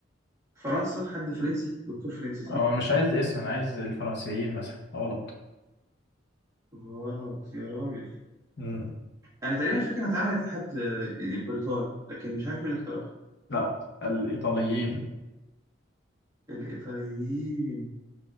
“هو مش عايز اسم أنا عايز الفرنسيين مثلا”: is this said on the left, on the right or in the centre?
Left